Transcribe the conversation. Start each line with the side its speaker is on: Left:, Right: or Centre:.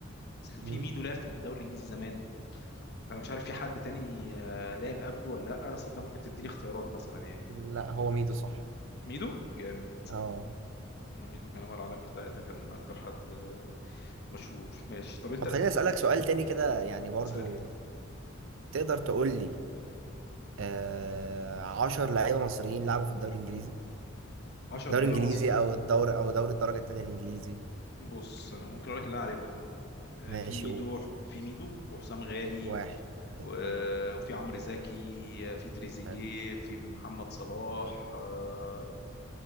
Left: اصل
Right: مم؟
Left: في ميدو لعب في الدوري الانجليزي زمان انا مش عارف في حد تاني آه، لعب قبله ولا لا بس انت ممكن تديني اختيارات مثلا يعني
Right: لا هو ميدو صح
Left: ميدو جامد
Right: اه
Left: ميدو كان هو العالمي ثلاثة كان اكتر حد آه، مشهور ماشي طب انت
Right: طب خليني اسالك سؤال تاني كده يعني برضو
Left: اسألني
Right: تقدر تقول لي آه عشر لعيبه مصريين لعبوا في الدوري الانجليزي
Left: 10
Right: الدوري
Left: لعيبة
Right: الانجليزي
Left: مصر
Right: او الدور او دوري الدرجه التانيه الانجليزي
Left: بص انا ممكن اقول لك اللي انا عارفهم آه،
Right: ماشي
Left: في ميدو
Right: قول
Left: في ميدو وحسام غالي
Right: واحد اتنين
Left: و- آه، وفي عمرو زكي آه، في تريزيجيه
Right: حلو
Left: في محمد صلاح آه،